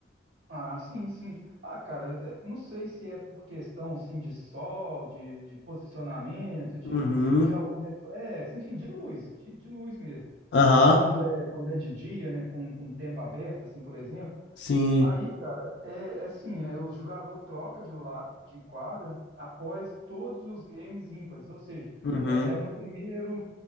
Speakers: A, on the right (about 85°); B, on the left (about 65°).
A: Ah, sim, sim. Ah, cara, eh, não sei se é por questão, assim, de sol, de, de posicionamento, de,
B: Uhum.
A: de algum reflexo, enfim, de luz, de, de luz mesmo.
B: Aham.
A: É quando é quando é de dia, né, com, com o tempo aberto, assim, por exemplo.
B: Sim.
A: Aí, cara, é, é assim, é, o jogador troca de lado, de quadra, após todos os games ímpares, ou seja,
B: Uhum.
A: é, é no primeiro,